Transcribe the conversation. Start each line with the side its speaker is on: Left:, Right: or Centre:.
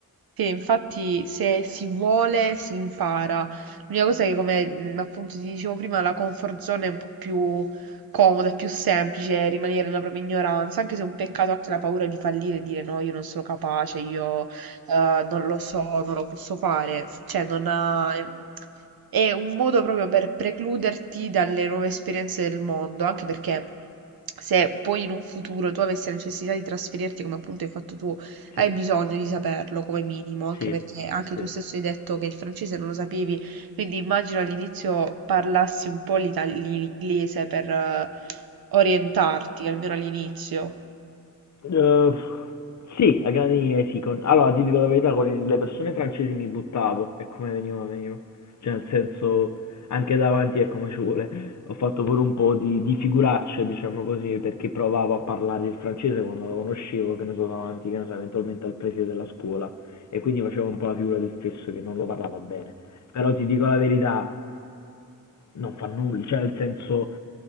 Right: Sì, infatti se si vuole si impara. L'unica cosa è che, come mh, appunto ti dicevo prima, la comfort zone è un po' più comoda, è più semplice rimanere nella propria ignoranza, anche se è un peccato anche la paura di fallire e dire no, io non sono capace, io eh, non lo so, non lo posso fare. Cioè, non ha... è un modo proprio per precluderti dalle nuove esperienze del mondo, anche perché se poi in un futuro tu avessi la necessità di trasferirti, come appunto hai fatto tu, hai
Left: Sì,
Right: bisogno di saperlo come minimo, anche
Left: sì,
Right: perché anche
Left: sì.
Right: tu stesso hai detto che il francese non lo sapevi, quindi immagino all'inizio parlassi un po' l'ita- l'inglese per eh, orientarti, almeno all'inizio.
Left: Eh, sì, a grandi linee sì. con- Allora, ti dico la verità, con le persone francesi mi buttavo e come veniva, veniva. Cioè, nel senso, anche davanti è come ci vuole. Ho fatto pure un po' di, di figuracce, diciamo così, perché provavo a parlare il francese quando lo conoscevo, che ne so, davanti, che ne so, eventualmente al preside della scuola. E quindi facevo un po' la figura del stesso che non lo parlava bene. Però ti dico la verità, non fa nulla, cioè nel senso